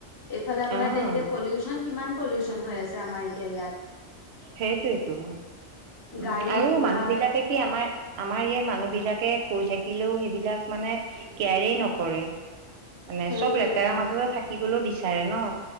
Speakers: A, on the left; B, on the right.
A: এইফালে আপোনাৰ
B: আহ
A: তেনেকে পলিউচন কিমান পলিউচন হৈ আছে আমাৰ এতিয়া ইয়াত?
B: সেইটোৱেইটো উম
A: গাড়ী
B: আৰু
A: গুৰাই
B: মানুহ বিলাকে সেই আমাৰ আমাৰ ইয়াৰ মানুহ বিলাকে কৈ থাকিলেও সেইবিলাক মানে কেয়াৰেই নকৰে, মানে
A: সেইটোৱে
B: চব লেতেৰা
A: হয়
B: মানুহে থাকিবলৈ বিচাৰে ন'।